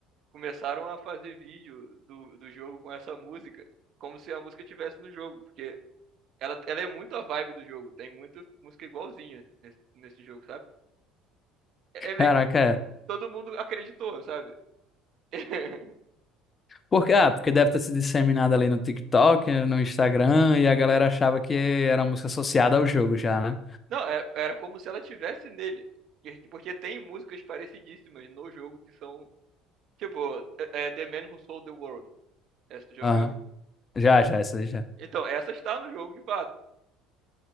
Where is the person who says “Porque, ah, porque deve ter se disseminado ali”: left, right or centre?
Left